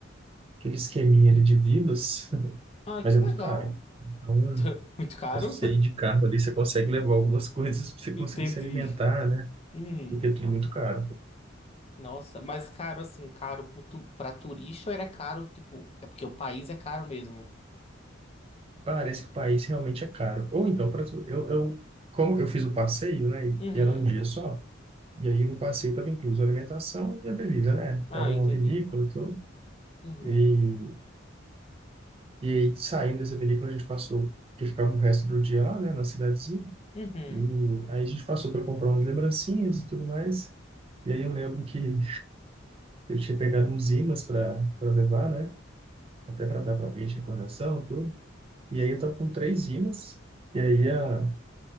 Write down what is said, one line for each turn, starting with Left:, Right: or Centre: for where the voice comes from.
Right: aquele esqueminha ali de vilas, <laughs>
Left: Ah,
Right: mas
Left: que
Right: é muito
Left: legal.
Right: caro. Então,
Left: <laughs> Muito caro.
Right: acho que você ir de carro ali, você consegue levar algumas <laughs> coisas para você
Left: <laughs> Entendi.
Right: conseguir se alimentar, né?
Left: Uhum.
Right: Porque é tudo muito caro.
Left: Nossa, mas caro assim, caro pro tu- pra turista ou era caro, tipo, é porque o país é caro mesmo?
Right: Parece que o país realmente é caro. Ou então, pra, tu- eu, eu, como eu fiz o passeio, né? E
Left: Uhum.
Right: e era um dia só, e aí no passeio estava incluso a alimentação e a bebida, né?
Left: Ah,
Right: Era uma
Left: entendi.
Right: vinícola e tudo.
Left: Uhum.
Right: E, e aí, saindo dessa vinícola, a gente passou, que ficava o resto do dia lá, né? Na cidadezinha.
Left: Uhum.
Right: E aí a gente passou para comprar umas lembrancinhas e tudo mais. E aí eu lembro que Eu tinha pegado uns ímãs para para levar, né? Até para dar para alguém de recordação, tudo. E aí eu tava com três ímãs. E aí a